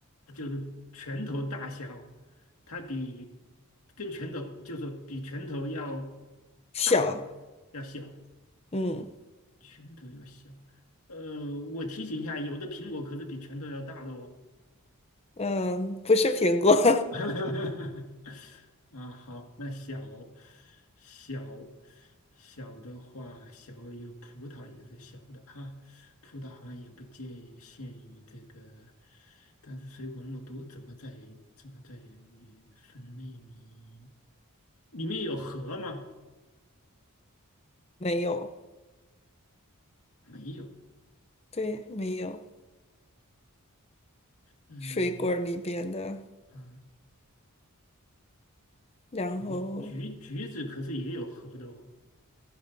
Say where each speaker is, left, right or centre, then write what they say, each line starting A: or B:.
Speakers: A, on the left; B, on the left.
A: 就是拳头大小，它比跟拳头就是比拳头要
B: 小，
A: 大吗？要小，
B: 嗯
A: 拳头要小。呃，我提醒一下，有的苹果可是比拳头要大的哦。
B: 嗯，不是苹果，<laughs>
A: <laughs> 啊，好，那小小小的话，小有葡萄也是小的哈，葡萄好像也不界限于这个，但是水果那么多，怎么在怎么在分类呢？里面有核吗？
B: 没有，
A: 没有。
B: 对，没有
A: 嗯
B: 水果儿里边的，
A: 啊，
B: 然后
A: 橘橘橘子可是也有核的哦。